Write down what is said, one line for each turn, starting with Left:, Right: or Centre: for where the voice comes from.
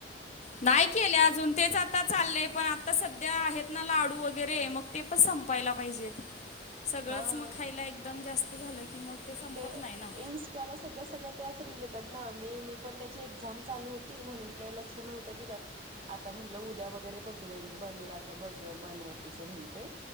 Left: नाही केल्या अजून तेच आता चाललेय पण आता सध्या आहेत ना लाडू वगैरे मग ते पण सं पायला पाहिजेत.
Right: <inaudible>
Left: सगळंच
Right: हा
Left: मग खायला एकदम जास्त झालं की मग संपत
Right: ते
Left: नाही ना
Right: इंस् त्याला सध्या सगळ्या त्याच रिल येत्यात ना मी मी पण त्याची एक्झाम चालू होती म्हणून काय लक्ष नव्हतं दिलं आता म्हणलं उद्या वगैरे बघवेल बनवेल आता बघ बनवायचं म्हणते.